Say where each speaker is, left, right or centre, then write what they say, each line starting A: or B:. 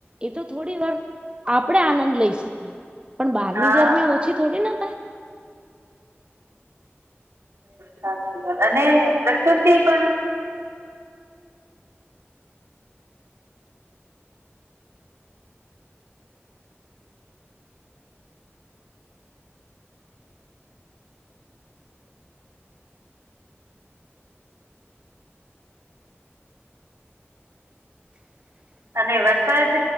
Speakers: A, on the right; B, on the right.
A: એ તો થોડી વાર આપણે આનંદ લઈ શકીએ પણ બહારની
B: હા
A: ગરમી ઓછી થોડી ના થાય
B: સાચી વાત અને ઘરકર પણ અને વરસાદ